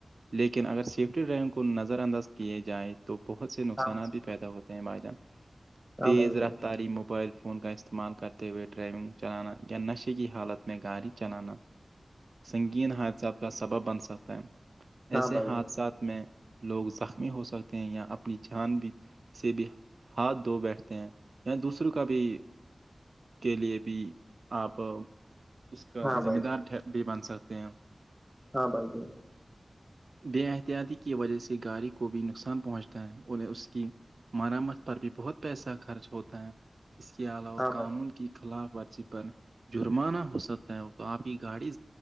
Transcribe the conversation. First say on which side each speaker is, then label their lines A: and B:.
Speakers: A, on the right; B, in the centre.
A: لیکن اگر سیفٹی ڈرائیونگ کو نظر انداز کیے جائے تو بہت سے نقصانات
B: ہاں
A: بھی پیدا ہوتے ہیں بھائی جہان
B: ہاں
A: تیز
B: بھائی جان
A: رفتاری موبائل فون کا استع استعمال کرتے ہوئے ڈرائیونگ چلانا یا نشے کی حالت میں گاڑی چلانا سنگین حادثات کا سبب بن سکتا ہے
B: ہاں
A: ایسے
B: بھائی
A: حادثات
B: جان
A: میں لوگ زخمی ہو سکتے ہیں یا اپنی جان بھی سے بھی ہاتھ دھو بیٹھتے ہیں یا دوسروں کا بھی کے لیے بھی تو اس کا
B: ہاں بھائی
A: ذمہ دار بھی بن سکتے ہیں
B: ہاں بھائی ج
A: بے احتیاطی کی وجہ سے گاڑی کو بھی نقصان پہنچتا ہے اوریں اس کی ہمارا مت پر بھی بہت پیسہ خرچ ہوتا ہے اس کے علاوہ
B: ہاں بھائی
A: قانون کی خلاف ورزی پر جرمانہ ہو سکتا ہے تو آپ کی گاڑی